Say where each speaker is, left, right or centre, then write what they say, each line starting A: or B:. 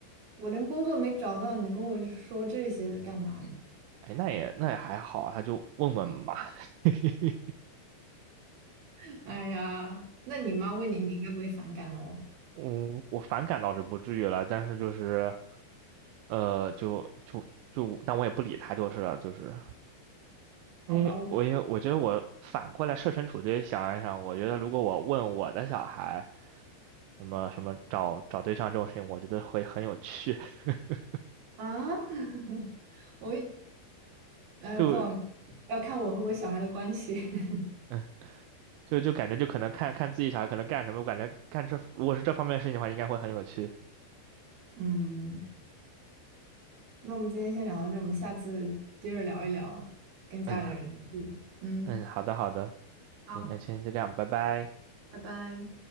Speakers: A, on the right; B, on the right.
A: 我连工作没找到，你跟我说这些干嘛呢？
B: 哎，那也那也还好啊，她就问问嘛。<laughs>
A: <laughs> 哎呀，那你妈问你，你应该不会反感喽？
B: 嗯，我反感倒是不至于了，但是就是，呃，就就就，但我也不理他就是了，就是，因为我也我觉得我反过来设身处地想一想，
A: 好吧，我。
B: 我觉得如果我问我的小孩什么什么找找对象这种事情，我觉得会很有趣，<laughs>
A: 啊，<laughs> 我一，呃，
B: 就
A: 不好，要看我和我小孩的关系。<laughs>
B: 嗯，就就感觉就可能看看自己小孩可能干什么，我感觉干这如果是这方面的事情的话，应该会很有趣。
A: 嗯，那我们今天先聊到这儿，我们下次接着聊一聊跟家里人的事嗯，
B: 嗯嗯，好的好的，
A: 好，
B: 行，那今天就这样，拜拜。
A: 拜拜。